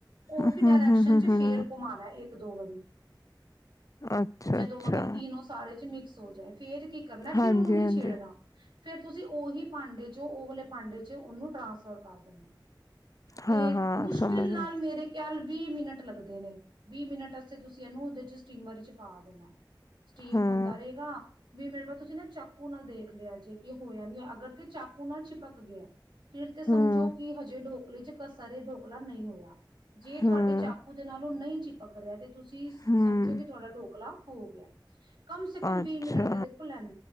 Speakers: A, on the right (about 80°); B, on the left (about 45°).
A: ਉਹੀ
B: ਹੂੰ,
A: ਡਾਇਰੈਕਸ਼ਨ
B: ਹਾਂਜੀ-ਹਾਂਜੀ,
A: ਚ ਫੇਰ ਘੁਮਾਉਣਾ ਇੱਕ ਇੱਕ ਦੋ ਵਰੀ
B: ਅੱਛਾ-ਅੱਛਾ,
A: ਜਦੋਂ ਮਤਲਬ ਈਨੋ ਸਾਰੇ ਚ ਮਿਕਸ ਹੋ ਜਾਏ ਫੇਰ ਕਰਨਾ
B: ਹੂੰ, ਹੂੰ, ਹੂੰ, ਹੂੰ, ਅੱਛਾ-ਅੱਛਾ, ਹਾਂਜੀ-ਹਾਂਜੀ,
A: ਫਿਰ ਉਹਨੂੰ ਨਹੀਂ ਛੇੜਨਾ ਫੇਰ ਤੁਸੀਂ ਉਹੀ ਭਾਂਡੇ ਚੋਂ ਉਹ ਵਾਲੇ ਭਾਂਡੇ 'ਚ ਉਹਨੂੰ ਟ੍ਰਾਂਸਫਰ ਕਰ ਦੇਣਾ। ਤੇ
B: ਹਾਂ-ਹਾਂ,
A: ਮੁਸ਼ਕਿਲ
B: ਸਮਝ
A: ਨਾਲ
B: ਗਈ,
A: ਮੇਰੇ ਖਿਆਲ ਵੀਹ ਮਿੰਟ ਲੱਗਦੇ ਨੇ, ਵੀਹ ਮਿੰਟ ਵਾਸਤੇ ਤੁਸੀਂ ਇਹਨੂੰ ਉਹਦੇ ਚ ਸਟੀਮਰ ਚ ਪਾ ਦੇਣਾ ਐ। ਸਟੀਮ
B: ਹੂੰ,
A: ਹੁੰਦਾ ਰਹੇਗਾ। ਵੀ ਮੇਰੇ ਪਾਦੇ ਤੁਸੀਂ ਨਾ ਚਾਕੂ ਨਾਲ ਦੇਖ ਲਿਆ ਜੇ ਕਿ ਹੋਇਆ ਨੀ ਅਗਰ ਤੇ ਚੱਕ ਉਹ ਨਾ ਚਿਪਕ ਗਿਆ ਐ, ਫਿਰ ਤੇ ਸਮਝੋ
B: ਹੂੰ,
A: ਕਿ ਹਜੇ ਡੋ ਕੋਲੀ ਚ ਕੱਸਾਰੇ ਢੋਕਲਾ ਨਹੀਂ ਹੋਇਆ। ਜੇ ਤੁਹਾਡੇ
B: ਹੂੰ,
A: ਚਾਕੂ ਦੇ ਨਾਲੋਂ ਨਹੀਂ ਚਿਪਕ ਰਿਆ ਤੇ ਤੁਸੀਂ
B: ਹੂੰ,
A: ਸਮਝੋ ਕਿ ਤੁਹਾਡਾ ਢੋਕਲਾ ਹੋ ਗਿਆ <inaudible> ਕਮ ਸੇ ਕਮ
B: ਅੱਛਾ,
A: ਵੀਹ ਮਿੰਟ ਤੇ ਦੇਖੋ ਲੈਂਦ